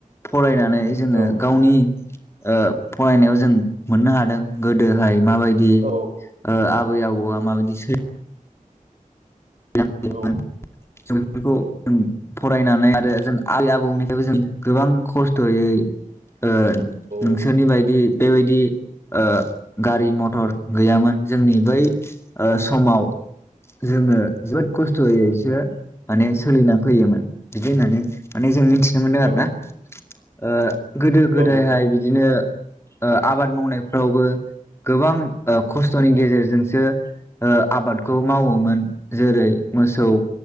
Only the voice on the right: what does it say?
औ
औ
औ
औ
औ
औ नंगौ